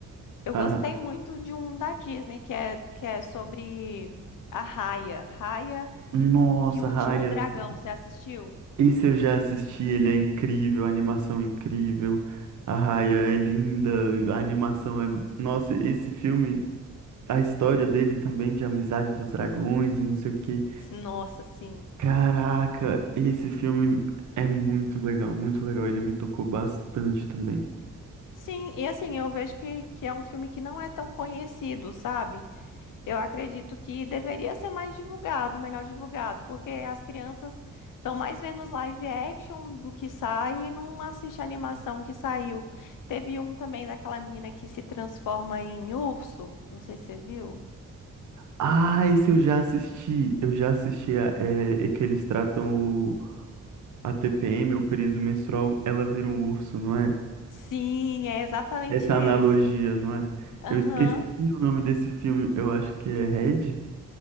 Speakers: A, on the left; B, on the right.
A: Eu
B: a-
A: gostei muito de um da Disney, que é, que é sobre a Raya. Raya
B: nossa,
A: e o Último
B: Raya.
A: Dragão,
B: assim,
A: você assistiu?
B: Esse eu já assisti, ele é incrível, a animação é incrível. A Raya é linda, a animação é. Nossa, esse filme, a história dele também, de amizade dos dragões e não sei o quê.
A: Nossa, sim.
B: Caraca, esse filme é muito legal, muito legal. Ele me tocou bastante também.
A: Sim, e assim, eu vejo que, que é um filme que não é tão conhecido, sabe? Eu acredito que deveria ser mais divulgado, melhor divulgado, porque as crianças estão mais vendo os live action do que sai e não assiste a animação que saiu. Teve um também daquela menina que se transforma em urso, não sei se você viu.
B: Ah, esse eu já assisti. Eu já assisti a, é, é que eles tratam o, a TPM, o período menstrual, ela vira um urso, não é?
A: Sim, é exatamente
B: Essa
A: esse.
B: analogia, não é?
A: Aham.
B: Eu esqueci o nome desse filme. Eu acho que é Red?